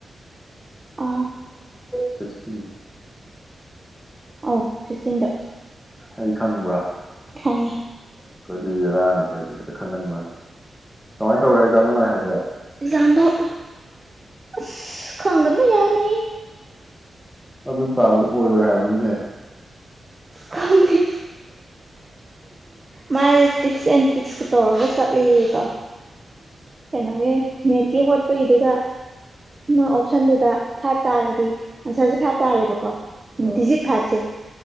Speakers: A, on the right; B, in the centre.
A: ꯑ
B: ꯁꯤꯁꯇꯤꯟ
A: ꯑꯧ ꯁꯤꯁꯇꯤꯟꯗ
B: ꯑꯩ ꯈꯪꯕ꯭ꯔꯥ
A: ꯈꯪꯉꯤ
B: ꯑꯩꯈꯣꯏꯗꯤ ꯔꯥꯅꯤ ꯑꯩꯈꯣꯏꯗꯤ ꯍꯦꯛꯇ ꯈꯪꯒꯟꯕꯅꯤ ꯀꯃꯥꯏꯅ ꯇꯧꯋꯦ ꯍꯥꯏꯖꯥ ꯅꯨꯡꯉꯥꯏꯔꯕ꯭ꯔꯣ
A: ꯑꯦꯛꯖꯥꯝꯗꯣ ꯑꯁ ꯈꯪꯗꯕꯅ ꯌꯥꯃꯦꯌꯦ
B: ꯑꯗꯨ ꯄꯥꯕꯗꯨ ꯑꯣꯏꯔꯣꯏ ꯍꯥꯏꯕꯅꯤꯅꯦ
A: ꯈꯪꯉꯦ ꯃꯥꯁ ꯇꯤꯞꯁ ꯑꯦꯟ ꯇ꯭ꯔꯤꯛꯁꯀ ꯇꯧꯔꯒ ꯆꯠꯂꯤꯀꯣ ꯀꯩꯅꯣꯒꯤ ꯃꯦꯠꯀꯤ ꯍꯣꯠꯄꯒꯤꯗꯨꯗ ꯃꯣꯏ ꯑꯣꯞꯁꯟꯗꯨꯗ ꯐꯥꯏꯚ ꯇꯥꯔꯗꯤ ꯑꯟꯁꯔꯁꯦ ꯐꯥꯏꯚ ꯇꯥꯔꯦꯕꯀꯣ
B: ꯑ
A: ꯗꯤꯖꯤꯠ ꯐꯥꯔꯁꯦ